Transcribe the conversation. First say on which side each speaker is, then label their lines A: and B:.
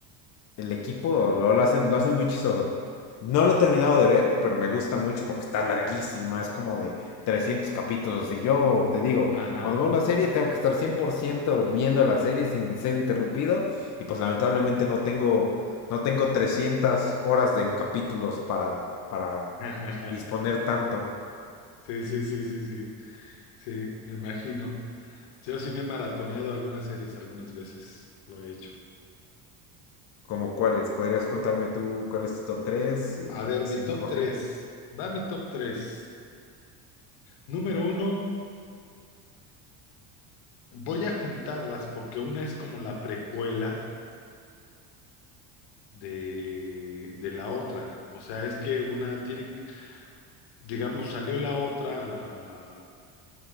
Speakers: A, on the left; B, on the left.
A: el equipo lo, lo hacen, lo hacen muy chistoso. No lo he terminado de ver, pero me gusta mucho porque está larguísima, es como de 300 capítulos. Y yo te digo,
B: ajá.
A: cuando veo una serie tengo que estar 100% viendo la serie sin ser interrumpido. Y pues lamentablemente no tengo, no tengo 300 horas de, en capítulos para, para
B: <laughs>
A: disponer tanto.
B: Sí, sí, sí, sí, sí, sí, me imagino. Yo sí me he maratoneado algunas series algunas veces, lo he hecho.
A: Como cuáles, podrías contarme tú cuál es tu top 3 y
B: A ver,
A: decirme
B: mi top
A: por
B: tres,
A: qué.
B: Va mi top 3. Número uno, voy a juntarlas porque una es como la precuela de, de la otra. O sea, es que una tiene, digamos, salió la otra,